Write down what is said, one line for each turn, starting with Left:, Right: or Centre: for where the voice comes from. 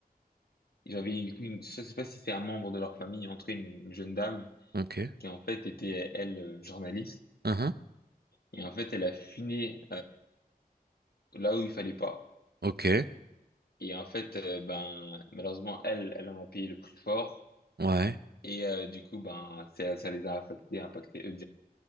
Left: ils avaient une, je sais pas si c'était un membre de leur famille, en tout cas une jeune dame
Right: Ok.
Left: qui en fait était, elle, euh, journaliste.
Right: Mhm.
Left: Et en fait, elle a fini là où il fallait pas.
Right: Ok,
Left: Et en fait, euh, ben malheureusement, elle, elle en a payé le prix fort.
Right: ouais,
Left: Et euh, du coup, ben ça, ça les a affectés, impactés eux